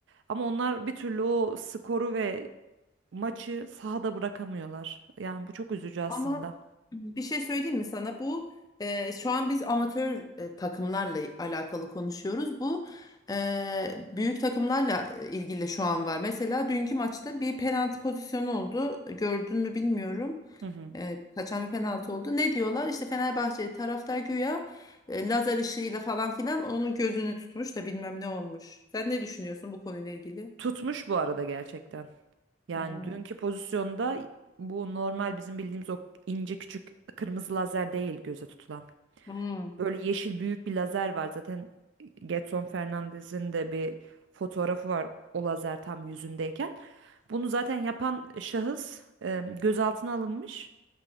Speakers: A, on the right; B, on the left.
A: Ama onlar bir türlü o skoru ve maçı sahada bırakamıyorlar. Yani bu çok üzücü aslında.
B: Ama bir şey söyleyeyim mi sana? Bu e, şu an biz amatör e, takımlarla alakalı konuşuyoruz. Bu e, büyük takımlarla e, ilgili şu an var. Mesela dünkü maçta bir penaltı pozisyonu oldu. Gördün mü bilmiyorum.
A: Hı hı.
B: E, kaçan bir penaltı oldu. Ne diyorlar? İşte Fenerbahçe taraftar güya e, lazer ışığıyla falan filan onun gözünü tutmuş da bilmem ne olmuş. Sen ne düşünüyorsun bu konuyla ilgili?
A: Tutmuş bu arada gerçekten. Yani
B: Hmm.
A: dünkü pozisyonda bu normal bizim bildiğimiz o ince küçük kırmızı lazer değil göze tutulan.
B: Hmm.
A: Böyle yeşil büyük bir lazer var. Zaten Getson Fernandez'in de bir fotoğrafı var o lazer tam yüzündeyken. Bunu zaten yapan şahıs e, gözaltına alınmış.